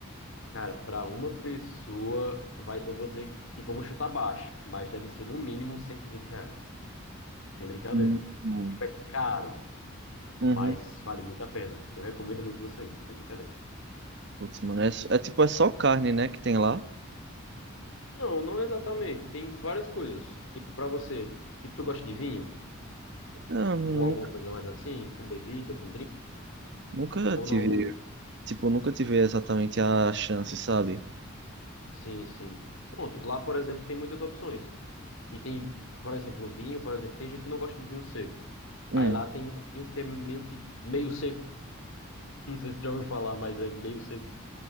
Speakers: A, on the left (about 70°); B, on the right (about 55°).
A: Cara, para uma pessoa, vai, eu vou dizer, tipo, eu vou chutar baixo, mas deve ser no mínimo uns 120 reais. Sem brincadeira.
B: Hum. hum.
A: Tipo, é caro,
B: Uhum.
A: mas vale muito a pena. Eu recomendo muito você ir, sem brincadeira.
B: Putz, mano, é, s- é tipo, é só carne, né, que tem lá?
A: Não, não exatamente. Tem várias coisas. Tipo, pra você, tipo, tu gosta de vinho?
B: Eu nunca,
A: Ou alguma coisa mais assim, com bebida, com drink,
B: nunca
A: ou
B: tive,
A: não muito?
B: tipo, nunca tive exatamente a chance, sabe?
A: Sim, sim. Pronto, lá, por exemplo, tem muitas opções. E tem, por exemplo, vinho, por exemplo, tem gente que não gosta de vinho seco.
B: Hum.
A: Aí lá tem um vinho que é meio que meio seco. <laughs> Não sei se você já ouviu falar, mas é meio seco.